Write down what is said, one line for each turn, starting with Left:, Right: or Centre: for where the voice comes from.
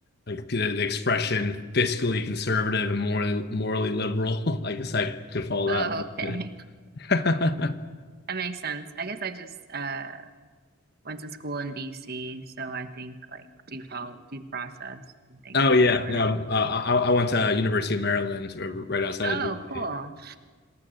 Left: like the, the expression fiscally conservative and morally morally liberal. <laughs> I guess I could follow
Right: Oh,
Left: that a little
Right: okay,
Left: bit.
Right: <laughs>
Left: <laughs>
Right: that makes sense. I guess I just uh went to school in DC, so I think like due pol due process and things
Left: Oh
Right: are
Left: yeah,
Right: important.
Left: no, uh, I I went to University of Maryland, r- right outside
Right: Oh,
Left: of. New
Right: cool.
Left: York.